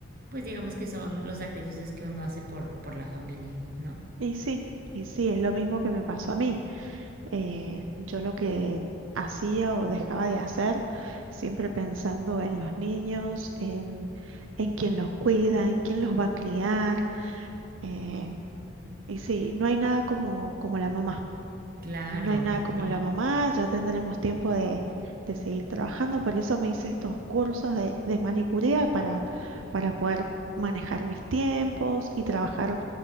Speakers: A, on the right (about 50°); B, on the right (about 80°).
A: pues digamos que son los sacrificios que uno hace por, por la familia, ¿no?
B: Y sí, y sí, es lo mismo que me pasó a mí. Eh, yo lo que hacía o dejaba de hacer, siempre pensando en los niños, en, en quién los cuida, en quién los va a criar. eh, y sí, no hay nada como, como la mamá.
A: Claro,
B: No hay nada como
A: sí,
B: la mamá, ya tendremos tiempo de, de seguir trabajando. Por eso me hice estos cursos de, de manicuría para, para poder manejar mis tiempos y trabajar